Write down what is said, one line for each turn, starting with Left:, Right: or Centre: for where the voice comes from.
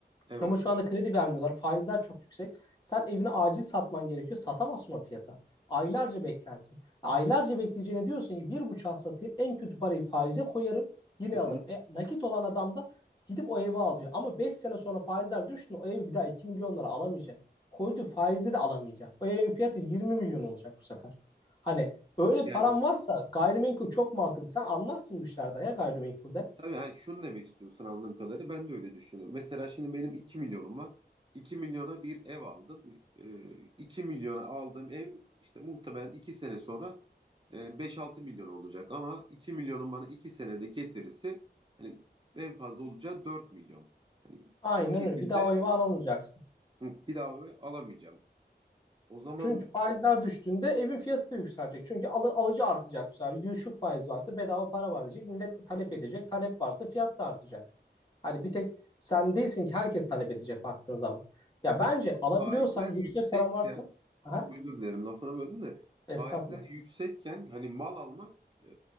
Right: Evet.
Left: Ama şu anda kredi vermiyorlar. Faizler çok yüksek. Sen evini acil satman gerekiyor. Satamazsın o fiyata. Aylarca beklersin. Aylarca bekleyeceğine diyorsun ki bir buçuğa satayım. En kötü parayı faize koyarım. Yine
Right: Hı
Left: alırım.
Right: hı.
Left: E, nakit olan adam da gidip o evi alıyor. Ama 5 sene sonra faizler düştü. O ev bir daha 2 milyon lira alamayacak. Koyduğu faizle de alamayacak. O evin fiyatı 20 milyon olacak bu sefer. Hani öyle
Right: Yani
Left: param varsa gayrimenkul çok mantıklı. Sen anlarsın bu işlerden ya gayrimenkulde.
Right: Tabii hani şunu demek istiyorsun anladığım kadarıyla ben de öyle düşünüyorum. Mesela şimdi benim 2 milyonum var. 2 milyona bir ev aldım. Ee, 2 milyona aldığım ev işte muhtemelen 2 sene sonra e, 5-6 milyon olacak. Ama 2 milyonun bana 2 senede getirisi hani en fazla olacağı 4 milyon. Hani
Left: Aynen
Right: o şekilde
Left: öyle. Bir daha o evi alamayacaksın.
Right: hı, bir daha o evi alamayacağım. O zaman
Left: Çünkü faizler düştüğünde evin fiyatı da yükselecek. Çünkü alı, alıcı artacak bu sefer. Düşük faiz varsa bedava para var diyecek. Millet talep edecek. Talep varsa fiyat da artacak. Hani bir tek sen değilsin ki herkes talep edecek baktığın zaman. Ya
Right: O
Left: bence
Right: zaman
Left: alabiliyorsan
Right: faizler
Left: yüksek
Right: yüksekken
Left: paran varsa aha,
Right: çok özür dilerim lafını böldüm de faizler
Left: estağfurullah.
Right: yüksekken hani mal almak e,